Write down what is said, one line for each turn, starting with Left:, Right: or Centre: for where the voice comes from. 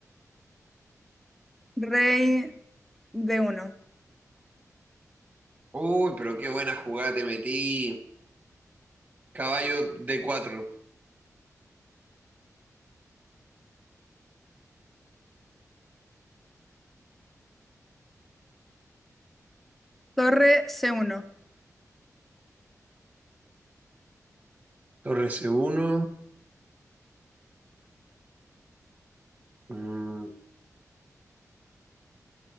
Centre: Rey d uno.
Right: Uy, pero qué buena jugada te metí. Caballo d cuatro.
Centre: Torre c uno.
Right: Torre c uno. Mm, voy